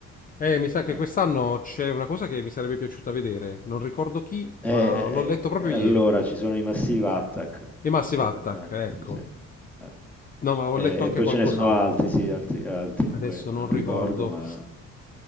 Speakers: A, on the left (about 30°); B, in the centre.
A: Eh, mi sa che
B: Eh,
A: quest'anno c'è una cosa che mi sarebbe piaciuta vedere. Non ricordo chi,
B: eh,
A: ma l'ho letto proprio
B: eh, eh,
A: ieri.
B: allora ci sono i Massive Attack,
A: E Massive
B: non so
A: Attack,
B: se... eh,
A: ecco.
B: sì, sì. Ma-
A: No, ma ho
B: eh,
A: letto anche
B: e poi
A: qualcos'altro.
B: ce ne sono altri, sì, altri, altri
A: Adesso
B: due che
A: non
B: non
A: ricordo.
B: ricordo, ma...